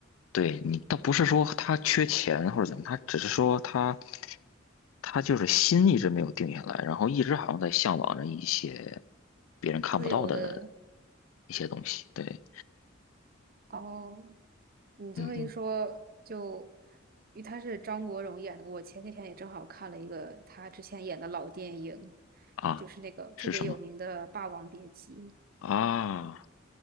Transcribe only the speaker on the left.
对你倒不是说他缺钱或者怎么，他只是说他他就是心一直没有定下来，然后一直好像在向往着一些别人看不到的
一些东西。对，
嗯哼，
啊，
是什么啊？